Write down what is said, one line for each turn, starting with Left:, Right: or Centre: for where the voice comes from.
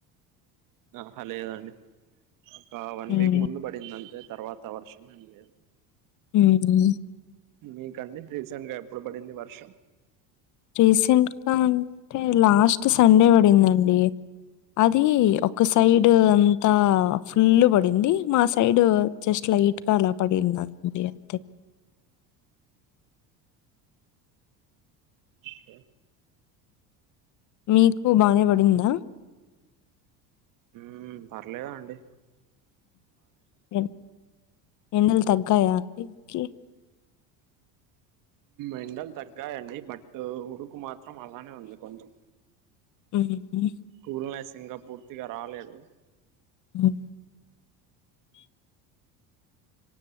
Right: ఆహా లేదండి ఒక వన్
Left: ఉమ్.
Right: వీక్ ముందు పడింది అంతే తర్వాత వర్షం ఏం లేదు.
Left: మ్హు
Right: మీకండి రీసెంట్ గా ఎప్పుడు పడింది వర్షం?
Left: రీసెంట్గా అంటే లాస్ట్ సండే పడిందండి అది ఒకస సైడ్ అంతా ఫుల్ పడింది మా సైడ్ జస్ట్ లైట్ గా అలా పడింది అండి అంతే
Right: దు
Left: మీకు బానే పడిందా?
Right: మ్మ్ పర్లేదు అండి
Left: ఏ ఎండలు తగ్గాయ అన్నింటికీ
Right: ఎండలు తగ్గాయండి బట్ ఉడుకు మాత్రం అలానే ఉంది కొంచెం
Left: ఉహుహు
Right: కూల్నెస్ ఇంకా పూర్తిగా రాలేదు.
Left: గు
Right: అ